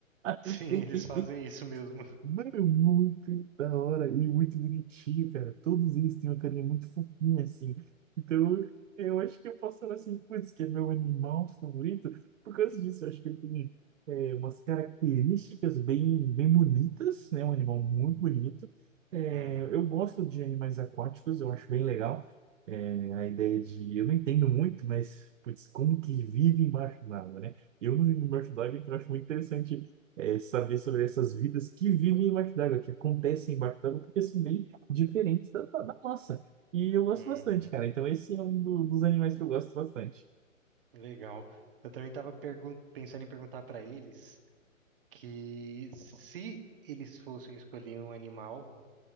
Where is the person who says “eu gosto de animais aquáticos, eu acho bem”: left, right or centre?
Right